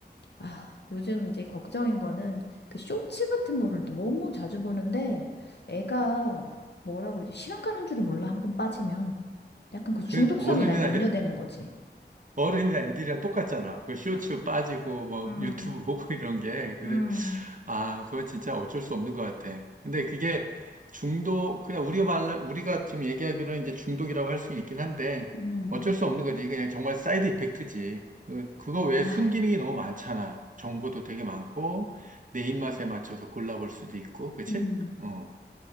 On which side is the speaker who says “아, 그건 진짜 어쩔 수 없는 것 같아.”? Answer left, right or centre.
Right